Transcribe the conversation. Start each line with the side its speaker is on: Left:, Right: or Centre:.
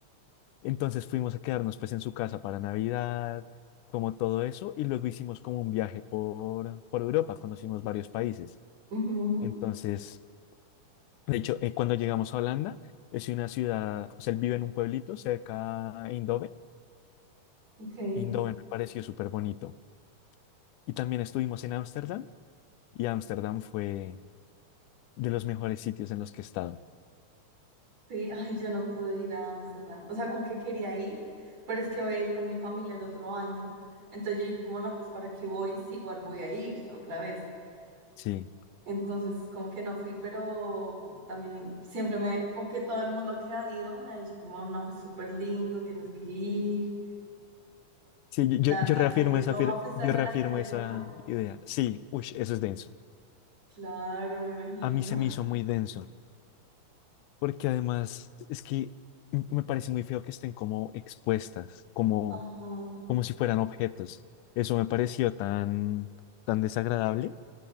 Left: Entonces fuimos a quedarnos pues en su casa para Navidad, como todo eso, y luego hicimos como un viaje por, por Europa, conocimos varios países.
Right: Ujú,
Left: Entonces, de hecho, eh, cuando llegamos a Holanda, es una ciudad, o sea, él vive en un pueblito cerca a Eindhoven.
Right: Ok, sí,
Left: Eindhoven me pareció súper bonito. Y también estuvimos en Ámsterdam, y Ámsterdam fue de los mejores sitios en los que he estado.
Right: sí, ay, yo no pude ir a Ámsterdam. O sea, como que quería ir, pero es que voy a ir con mi familia el otro año. Entonces yo dije, como no, pues para qué voy si igual voy a ir otra vez.
Left: Sí,
Right: Entonces, como que no fui, pero también siempre me, como que todo el mundo que ha ido me ha dicho como, no, es súper lindo, tienes que ir.
Left: sí, yo,
Right: La,
Left: yo yo
Right: la
Left: reafirmo
Right: calle
Left: esa,
Right: roja,
Left: fir-
Right: ¿fuiste
Left: yo
Right: a lo
Left: reafirmo
Right: de la calle
Left: esa
Right: roja?
Left: idea. Sí, uy, eso es denso.
Right: Claro, me imagino.
Left: a mí se me hizo muy denso, porque además es que m- me parece muy feo que estén como expuestas, como,
Right: Ajá.
Left: como si fueran objetos. Eso me pareció tan, tan desagradable